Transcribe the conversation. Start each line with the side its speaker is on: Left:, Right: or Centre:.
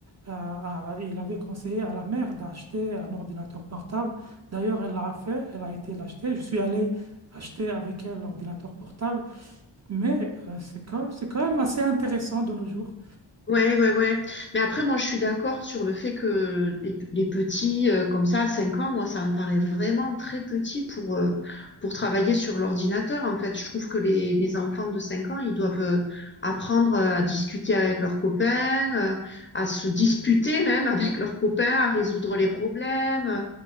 Right: euh, à- à- il avait conseillé à la mère d'acheter un ordinateur portable. D'ailleurs, elle l'a fait, elle a été l'acheter. Je suis allé acheter avec elle l'ordinateur portable, mais euh, c'est quand, c'est quand même assez intéressant de nos jours
Left: Ouais, ouais, ouais. Mais après, moi, je suis d'accord sur le fait que les, les petits, euh, comme ça, à 5 ans, moi, ça me paraît vraiment très petit pour, euh, pour travailler sur l'ordinateur. En fait, je trouve que les, les enfants de 5 ans, ils doivent euh, apprendre euh, à discuter avec leurs copains, euh, à se disputer même avec leurs copains, à résoudre
Right: Ouais.
Left: les problèmes, euh,